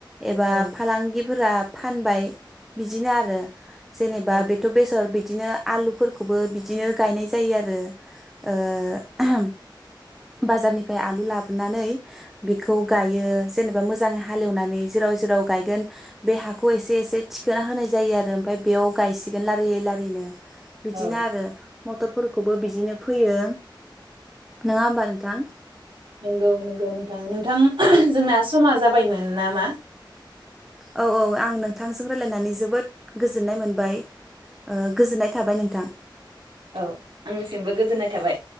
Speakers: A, in the centre; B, on the right (about 80°).
A: एबा
B: औ
A: फालांगि फोरा फानबाय बिदिनो आरो जेनेबा
B: औ
A: बेथ' बेसर बिदिनो आलुफोरखौबो बिदिनो गायनाय जायो आरो ओ, ओहोम बाजारनिफ्राय आलु लाबो नानै बिखौ गायो जेनेबा मोजां हालेवनानै जेराव- जेराव गायगोन बे हा खौ एसे एसे थिखोना होनाय जायो आरो ओमफ्राय बेयाव गायसिगोन लारि लारिनो। बिदिनो
B: औ
A: आरो मथरफोरखौबो बिदिनो फोयो। नोंङा होमबा नों थां
B: नंगौ, नंगौ नोंथां। नोंथां जोंना समा जा बायमोन नामा?
A: औ, औ आं नोंथांजों रायलायनानै जोबोद गोजोननाय मोनबाय ओ गोजोननाय थाबाय नोंथां।
B: औ आंनिसिमबो गोजोननाय थाबाय।